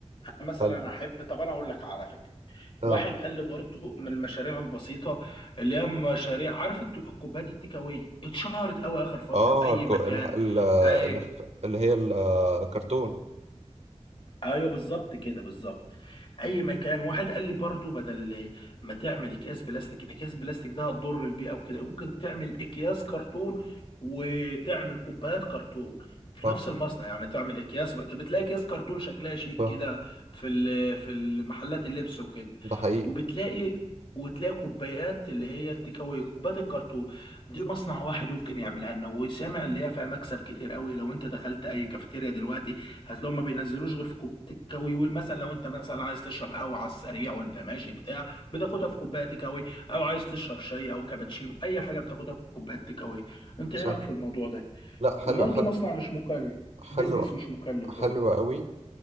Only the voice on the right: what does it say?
حلو
اه
اه
الكو...
ال... ال...
ال- اللي هي الكرتون
صح
صح
ده حقيقي
صح
لا حلو
حلو
حلو
حلوة
قوي